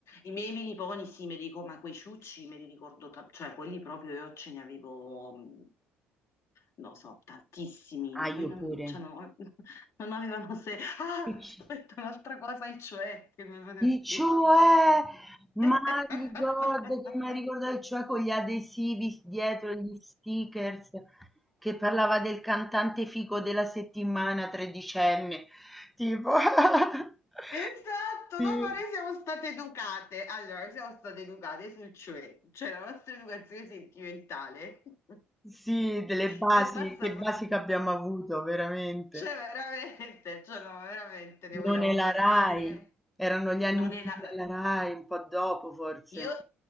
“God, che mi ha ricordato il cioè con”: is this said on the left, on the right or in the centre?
Centre